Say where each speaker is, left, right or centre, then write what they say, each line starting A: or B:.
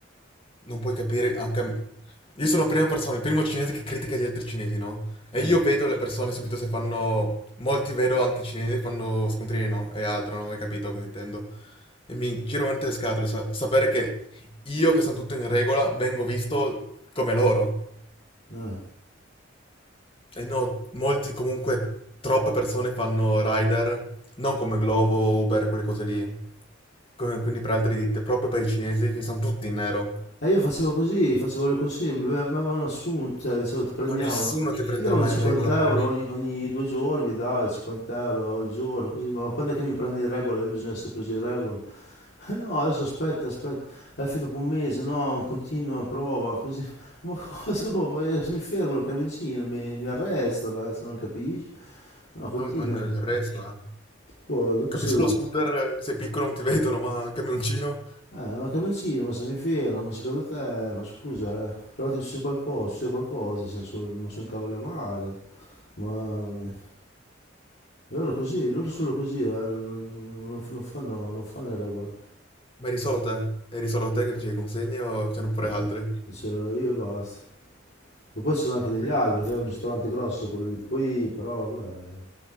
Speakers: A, on the left; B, on the left.
A: Non puoi capire anche... a m- Io sono la prima persona, il primo cinese che critica gli altri cinesi, no? E
B: Ah,
A: io vedo le persone subito se fanno... Molti vedo anche cinesi che fanno scontrini, no? E altro, non hai capito cosa intendo. E mi giro veramente le scatole, sa- sapere che io, che sono tutto in regola, vengo visto come loro.
B: ah.
A: E no, molti comunque, troppe persone fanno rider, non come Glovo, Uber, quelle cose lì. Come- quindi per altre ditte, proprio per i cinesi che sono tutti in nero.
B: E io facevo così, facevo le consegne, mi ave- mi avevano assunto, cioè, dicevo ti prendiamo,
A: Ma nessuno ti prenderà
B: mi davano
A: mai
B: 50
A: in regola per...
B: euro ogni, ogni due giorni, mi davano 50 euro al giorno, così, ma ma quando è che mi prendi in regola? Io bisogna essere preso in regola. <laughs> "Eh No, adesso aspetta, aspetta, alla fine dopo un mese, no, continua, prova, così. <laughs> Ma cosa? oh, Ma eh, se mi fermano il camioncino, mi, mi arrestano, eh, se non capisci? No, continua,
A: No, ma no, il resto, eh.
B: poi dopo
A: Capisco
B: è seduto.
A: lo scooter, eh, sei piccolo non ti <laughs> vedono, ma il camioncino,
B: Eh, ma camioncino, ma se mi fermo, ma secondo te, ma scusa, eh, provate che c'è qualcosa, c'è qualcosa, se so- ma sono cavole a mare, mamma mia. Loro così, loro solo così, eh, non, non- non fanno, non fanno le regole.
A: ma eri solo te? Eri solo te che facevi consegne o c'erano pure
B: Ma
A: altri?
B: no, c'ero io e basta. Ma poi c'erano anche
A: No,
B: degli
A: qui-
B: altri, perché era un ristorante grosso quello lì, poi però vabbè,